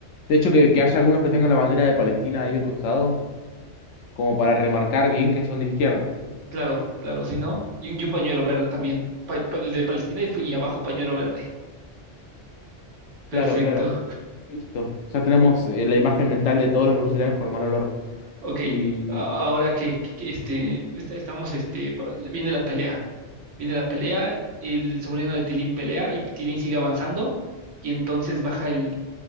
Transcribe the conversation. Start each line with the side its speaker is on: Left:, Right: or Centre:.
Left: De hecho, que, que haya algunos que tengan la bandera de Palestina ahí al costado, como para remarcar bien que son de izquierda.
Right: Claro, claro, si no. Y, un y un pañuelo verde también. Pa- pa- el de Palestina y, fu- y abajo pañuelo verde. Perfecto.
Left: Claro, claro. Listo. Ya tenemos eh, la imagen mental de todos los rurales con mal olor.
Right: Ok.
Left: Y
Right: a- ahora que, que- que, este, est- estamos, este, va- viene la pelea. Viene la pelea. El sobrino de Tilín pelea y Tilín sigue avanzando. Y entonces baja el,